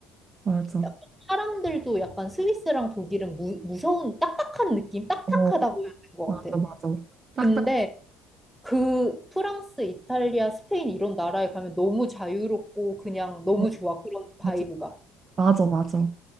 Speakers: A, on the right; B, in the centre.
A: 맞아.
B: 약간 사람들도 약간 스위스랑 독일은 무, 무서운 딱딱한 느낌? 딱딱하다고
A: 어,
B: 해야 되는
A: 맞아,
B: 것 같아.
A: 맞아. 딱딱.
B: 근데 그 프랑스, 이탈리아, 스페인 이런 나라에 가면 너무 자유롭고 그냥 너무
A: 어,
B: 좋아. 그런 바이브가.
A: 맞아, 맞아, 맞아.